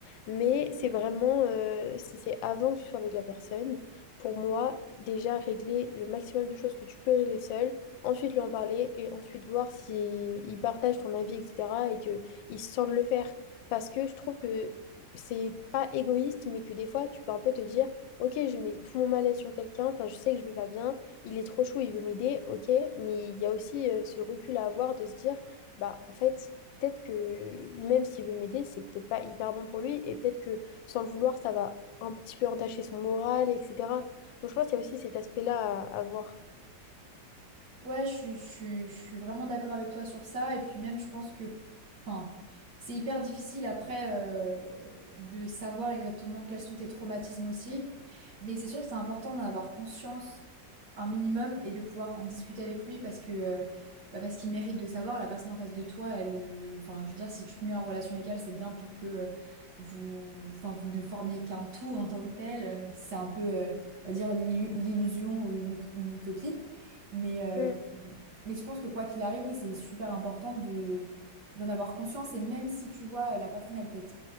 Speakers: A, on the left; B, on the right.
A: Mais c'est vraiment, euh, si c'est avant que tu sois avec la personne, pour moi, déjà régler le maximum de choses que tu peux régler seul, ensuite lui en parler et ensuite voir si il partage ton avis, etc. et qu'il se sent de le faire. Parce que je trouve que c'est pas égoïste, mais que des fois, tu peux un peu te dire, ok, je mets tout mon mal-être sur quelqu'un, enfin, je sais que je vais pas bien, il est trop chaud, il veut m'aider, ok, mais il y a aussi euh, ce recul à avoir de se dire, bah, en fait, peut-être que même s'il veut m'aider, c'est peut-être pas hyper bon pour lui et peut-être que sans le vouloir, ça va un petit peu entacher son moral, etc. Donc je pense qu'il y a aussi cet aspect-là à, à voir.
B: Ouais, je suis, je suis, je suis vraiment d'accord avec toi sur ça. Et puis même, je pense que, enfin, c'est hyper difficile après euh, de savoir exactement quels sont tes traumatismes aussi. Mais c'est sûr que c'est important d'en avoir conscience un minimum et de pouvoir en discuter avec lui parce que, euh, bah, parce qu'il mérite de savoir. La personne en face de toi, elle, enfin, je veux dire, si tu te mets en relation avec elle, c'est bien pour que euh, vous, enfin, vous ne formiez qu'un tout en tant que tel, euh, même si c'est un peu, euh, on va dire, l'illu- l'illusion ou une ut- une utopie. Mais, euh,
A: Mm.
B: mais je pense que quoi qu'il arrive, oui, c'est super important de, d'en avoir conscience. Et même si tu vois, la personne, elle t'aide,